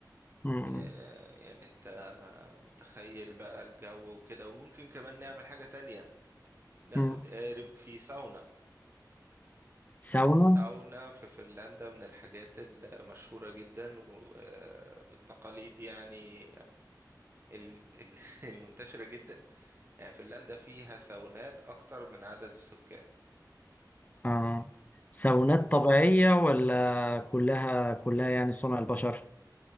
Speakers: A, on the left; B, on the right.
A: مم.
B: آه، يعني انت متخيل بقى الجو وكده وممكن كمان نعمل حاجة تانية ناخد
A: مم.
B: قارب في ساونا
A: ساونا
B: الساونا في فنلندا من الحاجات المشهورة جدا ومن التقاليد يعني ال- ال- <laughs> المنتشرة جدا يعني فنلندا فيها ساونات اكتر من عدد السكان
A: آه ساونات طبيعية ولا كلها كلها يعني صنع البشر